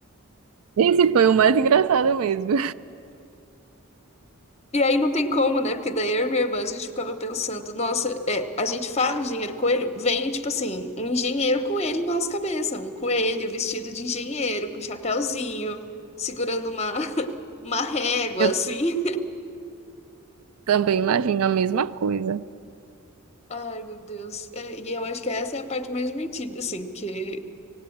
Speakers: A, on the right; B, on the left.
A: Esse foi o mais engraçado mesmo.
B: E aí não tem como, né? Porque daí eu e minha irmã a gente ficava pensando, nossa, é, a gente fala engenheiro coelho, vem tipo assim, um engenheiro coelho na nossa cabeça, um coelho vestido de engenheiro, com chapéuzinho, segurando uma, <laughs> uma régua,
A: Eu
B: assim.
A: também imagino a mesma coisa.
B: Ai, meu Deus. É, e eu acho que essa é a parte mais divertida, assim, que